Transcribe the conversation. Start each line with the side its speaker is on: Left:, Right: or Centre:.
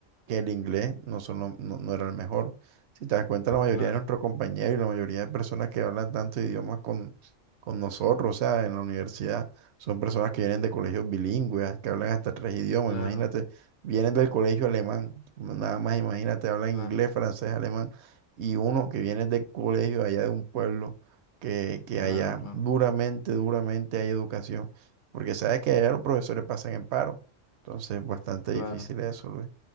Right: que el inglés no, son lo- no, no era el mejor. Si te das cuenta, la mayoría
Left: claro,
Right: de nuestros compañeros y la mayoría de personas que hablan tantos idiomas con, con nosotros, o sea, en la universidad, son personas que vienen de colegios bilingües, que hablan hasta tres idiomas.
Left: claro,
Right: Imagínate, vienen del colegio alemán, nada más imagínate, hablan
Left: claro,
Right: inglés, francés, alemán, y uno que viene del colegio allá de un pueblo, que, que allá
Left: claro, claro,
Right: duramente, duramente hay educación. Porque sabes que allá los profesores pasan en paro. Entonces, bastante
Left: claro.
Right: difícil eso, Luis.